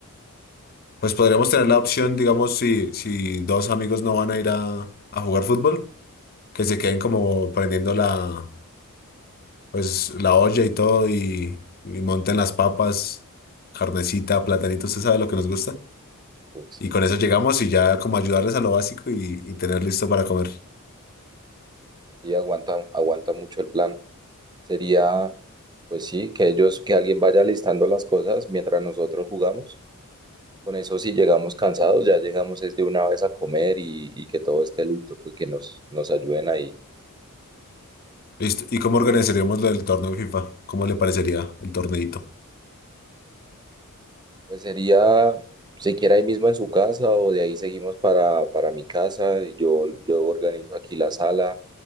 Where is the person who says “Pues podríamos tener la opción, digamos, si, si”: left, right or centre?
Left